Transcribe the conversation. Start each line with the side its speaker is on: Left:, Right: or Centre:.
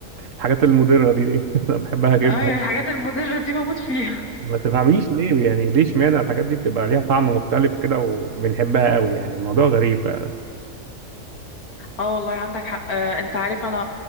Right: الحاجات المضره دي <laughs> انا بحبها جدا
Left: ايوه الحاجات المضرة دي بموت فيها
Right: ما تفهميش ليه يعني ليه اشمعنى الحاجات دي بتبقى ليها طعم مختلف كده وبنحبها قوي يعني الموضوع غريب فعلا
Left: اه والله عندك حق آه، انت عارف انا